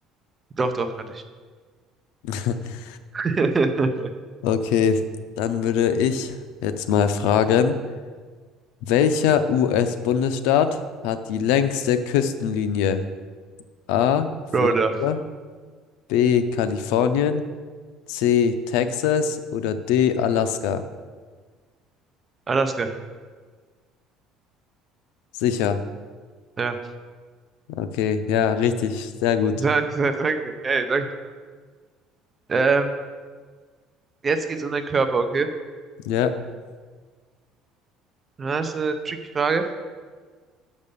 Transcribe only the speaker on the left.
<laughs>
Okay, dann würde ich jetzt mal fragen, welcher US-Bundesstaat hat die längste Küstenlinie? A. Florida,
B. Kalifornien, C. Texas oder D. Alaska?
Sicher.
Okay, ja, richtig, sehr gut.
Ja,